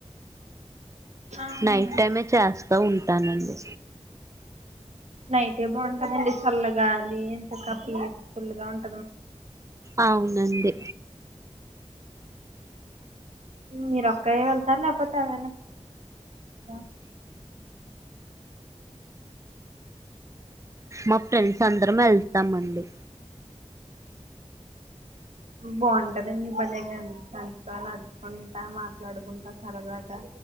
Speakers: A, on the right; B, on the right.
A: ఆహా
B: నైట్ టైమే చేస్తా ఉ ఇత్తానంది
A: నైటే బావుంటదండి చల్ల గాలి ఇంతకా పీస్ ఫుల్ గా ఉంటు
B: అవునండి
A: మ్మ్ మీ రొక్క వె <unintelligible>
B: మా ఫ్రెండ్స్ అందరం వెళ్తామండి
A: బావుంటదండి భలేగా ఫాస్టుగా నడుచుకుంటా మాట్లాడుకుంటా సరదాగా